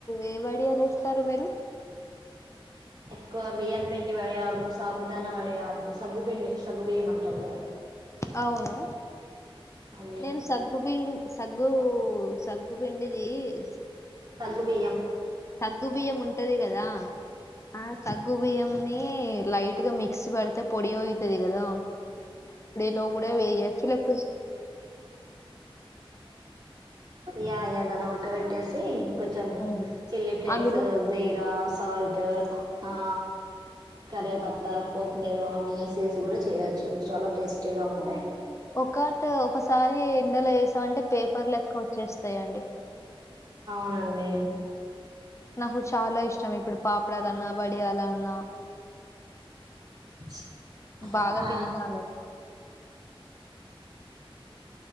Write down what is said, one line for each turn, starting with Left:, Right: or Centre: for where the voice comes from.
Left: ఏ వడియాలు వేస్తారు మీరు
Right: ఎక్కువ బియ్యం పిండి వడయాలు సాబుదాన వడయాలు సగ్గు పిండి సగ్గు బియ్యం అంటారు కదా
Left: అవును
Right: అవి
Left: నేను సగ్గు బి సగ్గు సగ్గు పిండిది సి
Right: సగ్గుబియ్యం
Left: గు బియ్యం ఉంటది కదా ఆ ఆ సగ్గ్ సగ్గుబియ్యన్ని లైట్ గా మిక్సీ పడితే పొడి అయి అయితది కదా లో కూడా వెయ్యచ్చు లేకపో
Right: యా యదనో క్కట్టేసి కొంచెం
Left: హ్మ్.
Right: చిల్లీ ఫ్లేక్స్
Left: అందులో
Right: జీరా సాల్ట్ క ఆ కరేపత్తా కొత్తిమీర అవన్నీ యేసేసి కూడా చేయొచ్చు చాలా టేస్టీగా ఉంటాయి
Left: ఒకటి ఒకసారి ఎండలో ఎస్ స్తా అంటే పేపర్ లెక్క వచ్చేస్తాయండి
Right: అండి
Left: నాకు చాలా ఇష్టం ఇప్పుడు పాపడాలన్నా వడియాలన్నా
Right: <inaudible>
Left: బాగా
Right: ఆ
Left: తింటాను